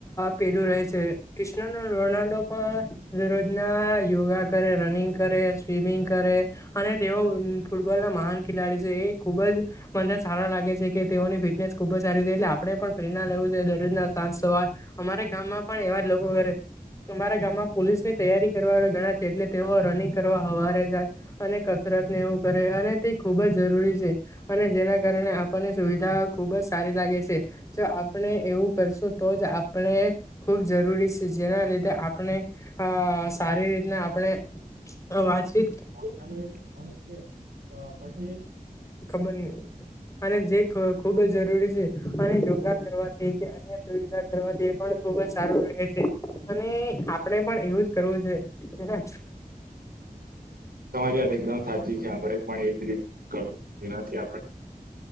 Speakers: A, on the left; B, on the right.
A: પેલું રહે છે કૃષ્ણ ન રોનાલ્ડો પણ દરરોજ ના યોગા કરે રનિંગ કરે સ્વિમિંગ કરે. અને તેઓ ફૂટબોલ ના મહાન ખેલાડી છે એ ખુબ જ મને સારા લાગે છે કે તેઓને ફિટનેસ ખુબ જ સારી એટલે આપણે પણ પ્રેરણા લેવીું જોઈએ દરરોજના સાંજ સવાર અમારે ગામમાં પણ એવા જ લોકો કરે તમારા ગામમાં પોલીસ ની તૈયારી કરવા વાળા ઘણા છે એટલે તેઓ રનિંગ કરવા હવારે જાય અને કસરત ને એવું કરે અને તે ખુબ જ જરૂરી છે, અને જેના કારણે આપણને સુવિધા ખુબ જ સારી લાગે છે, જો આપણે એવું કરશું તો જ આપણે ખુબ જરૂરી જેના લીધે આપણે અ સારી રીતના આપણે વાતચીત.
B: ફોન ચાલુ રે છે. ફોન છે, તો પછી
A: ખબર ની, અને જે ખુ ખુબ જ જરૂરી છે, અને યોગા કરવાથી અન્ય સુવિધા કરવાથી એ પણ ખુબ જ સારું રહે છે. અને આપણે પણ એવું જ કરવું જોઈએ, તેના
B: <inaudible> તમારી વાત એકદમ સાચી છે આપણેે પણ એજ રીત <unintelligible> તેનાથી